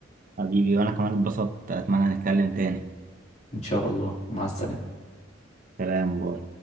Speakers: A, on the right; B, on the left.
A: حبيبي وانا كمان اتبسطت اتمنى نتكلم تاني
B: إن شاء الله مع السلامة
A: سلام باي